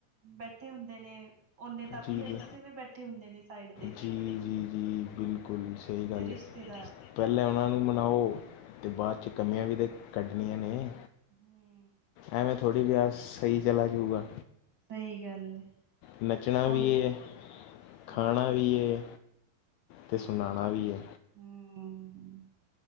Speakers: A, on the right; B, on the left.
A: ਬੈਠੇ ਹੁੰਦੇ ਨੇ। ਓਨੇ ਤਾਂ ਆਪਣੇ
B: ਜੀ ਜੀ
A: ਰੁੱਸੇ ਵੀ ਬੈਠੇ ਹੁੰਦੇ ਨੇ ਸਾਈਡ ਤੇ
B: ਜੀ ਜੀ ਜੀ ਬਿਲਕੁਲ ਸਹੀ ਗੱਲ
A: ਤੇ ਰਿਸ਼ਤੇ। ਰਿਸ਼ਤੇਦਾਰ।
B: ਹੈ ਪਹਿਲਾਂ ਉਹਨਾਂ ਨੂੰ ਮਨਾਓ ਅਤੇ ਬਾਅਦ 'ਚ ਕਮੀਆਂ ਵੀ ਤੇ ਕੱਢਣੀਆਂ ਨੇ
A: ਹਮ।
B: ਐਵੇ ਥੋੜੀ ਵਿਆਹ ਸਹੀ ਚਲਾ ਜਾਊਗਾ।
A: ਸਹੀ ਗੱਲ ਹੈ
B: ਨੱਚਣਾ
A: ਉਹ
B: ਵੀ ਏ। ਖਾਣਾ
A: ਹਮ
B: ਵੀ ਏ ਤੇ ਸੁਨਾਣਾ ਵੀ ਐ।
A: ਹਮ,